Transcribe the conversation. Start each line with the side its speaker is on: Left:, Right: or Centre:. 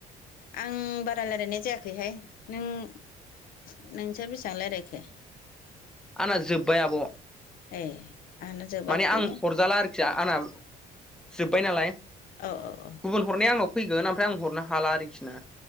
Left: आं बारा रायजलायनाय जायाखै जाखैहाय नों नोंसोर बेसेबां रायज्लायखो?
Centre: आंना जोब्बाय आब'।
Left: ए आंहानो जोबाखैनो
Centre: माने आं हरजाला आरोखि आंना जोब्बाय नालाय,
Left: औ औ औ
Centre: गुबुन हरनाय आनाव फैगोन ओमफ्राय आं हरनो हाला आरोखि ना।